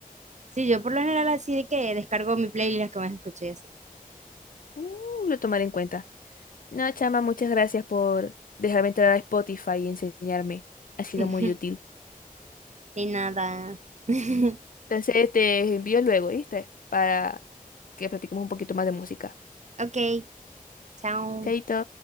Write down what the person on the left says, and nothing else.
Mm, lo tomaré en cuenta. No, chama, muchas gracias por dejarme entrar a Spotify y enseñarme. Ha sido
muy útil.
Entonces te envío luego, ¿viste? Para que practiquemos un poquito más de música.
Chaito.